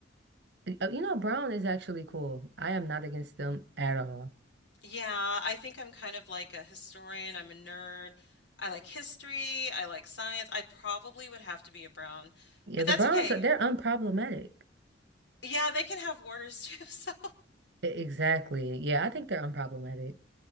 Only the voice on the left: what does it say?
Yeah, I think I'm kind of like a historian. I'm a nerd. I like history. I like science. I probably would have to be a Brown,
but
that's
okay.
Yeah, they can have warders too, <laughs> so